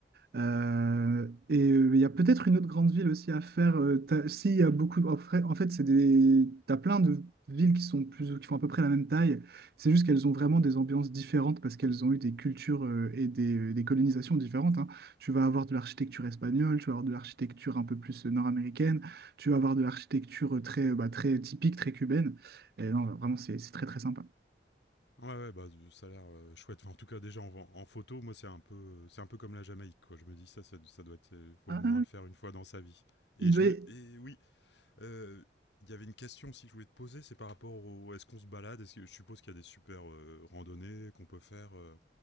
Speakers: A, on the right; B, on the left.
A: Euh, et euh, il y a peut-être une autre grande ville aussi à faire. euh, t'as- si, il y a beaucoup. En fait, en fait, c'est des. T'as plein de villes qui sont plus, qui font à peu près la même taille. C'est juste qu'elles ont vraiment des ambiances différentes parce qu'elles ont eu des cultures euh, et des, euh, des colonisations différentes. hein. Tu vas avoir de l'architecture espagnole, tu vas avoir de l'architecture un peu plus euh, nord-américaine, tu vas avoir de l'architecture euh, très, euh, bah, très typique, très cubaine. Et non, vraiment, c'est c'est très très sympa.
B: Ouais, ouais, bah, z ça a l'air, heu, chouette. Enfin, en tout cas, déjà, en en photo, moi, c'est un peu, c'est un peu comme la Jamaïque, quoi. Je me dis: «Ça, ça ça doit être, heu, faut
A: Ah,
B: au moins le faire une fois dans sa vie» et
A: il
B: je
A: doit.
B: me
A: y-
B: et oui, heu, il y avait une question aussi que je voulais te poser, c'est par rapport au est-ce qu'on se balade? Est-ce que je suppose qu'il y a des super, heu, randonnées qu'on peut faire, heu,